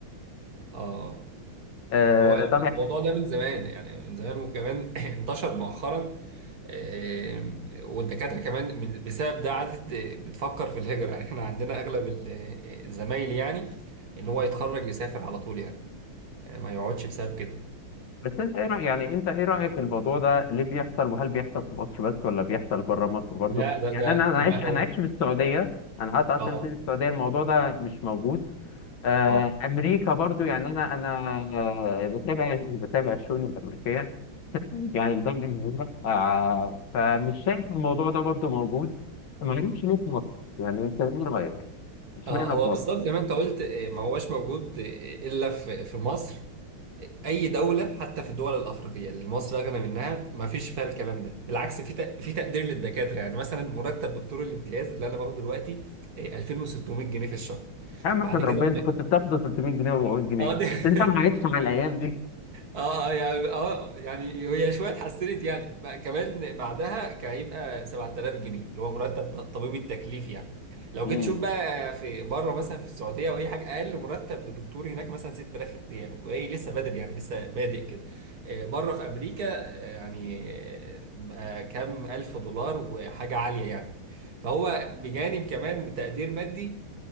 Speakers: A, on the right; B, on the left.
A: اه
B: آه
A: هو يعني
B: طب يعني،
A: الموضوع ده من زمان يعني من زمان وكمان <laughs> <clears throat> انتشر مؤخرا آه، والدكاتره كمان من- بسبب ده عادت آه، بتفكر في الهجره يعني احنا عندنا اغلب ال- آه، الزمايل يعني ان هو يتخرج يسافر على طول يعني آه، ما يقعدش بسبب كده
B: بس انت ايه رايك يعني انت ايه رايك الموضوع ده ليه بيحصل وهل بيحصل في مصر بس ولا بيحصل بره مصر برضو
A: لا ده
B: يعني
A: ده
B: انا انا
A: لا
B: عايش
A: هو
B: انا عايش في السعوديه انا قعدت 10
A: اه
B: سنين في السعوديه الموضوع ده مش موجود آه
A: اه
B: امريكا برضو يعني انا انا آه، بتابع بتابع الشؤون الامريكيه <laughs> يعني بدرجة كبيرة آه فمش شايف الموضوع ده برضو موجود ما غريبش ليه في مصر يعني انت ايه رأيك؟ اشمعنى
A: آه، هو
B: في مصر
A: بالظبط زي ما انت قلت آه، ما هوش موجود آه، الا في في مصر اي دوله حتى في الدول الافريقيه اللي مصر اغنى منها ما فيش فيها الكلام ده بالعكس في تق- في تقدير للدكاتره يعني مثلا مرتب دكتور الامتياز اللي انا باخده دلوقتي آه، 2600 جنيه في الشهر
B: يا عم
A: بعد
B: احمد
A: كده
B: ربنا انت كنت بتاخده 300 جنيه و400 جنيه
A: اه ده <laughs>
B: انت ما عادش على الايام دي
A: اه يعني اه يعني هي شويه اتحسنت يعني بقى كمان بعدها كان هيبقى 7000 جنيه اللي هو مرتب ط- طبيب التكليف يعني لو
B: امم
A: جيت تشوف بقى في بره مثلا في السعوديه او اي حاجه اقل مرتب لدكتور هناك مثلا 6000 ريال وهي لسه بدري يعني لسه بادئ كده آه، بره في امريكا آه، يعني آه، بقى كام الف دولار وحاجه عاليه يعني فهو بجانب كمان تقدير مادي